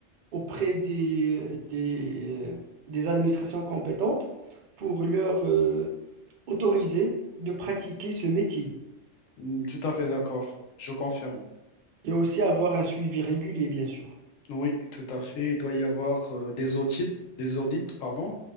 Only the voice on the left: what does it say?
Mm, tout à fait d'accord. Je confirme.
Oui, tout à fait. Il doit y avoir euh, des audits, des audits, pardon,